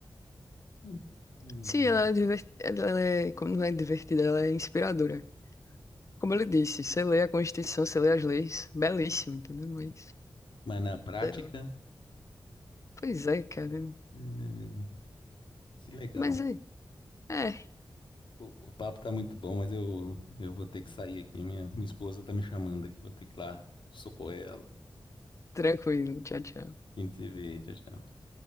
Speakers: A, on the left; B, on the left.
A: Hum.
B: Sim, ela é, diver... ela é, como não é divertida, ela é inspiradora. Como eu lhe disse, você lê a Constituição, você lê as leis, belíssimo, entendeu? Mas,
A: Mas na prática,
B: sei lá. Pois é, cara.
A: eh, que legal.
B: Mas é, é,
A: O, o papo tá muito bom, mas eu, eu vou ter que sair aqui. Minha, minha esposa tá me chamando aqui, vou ter que ir lá socorrer ela.
B: tranquilo, tchau, tchau.
A: A gente se vê, tchau, tchau.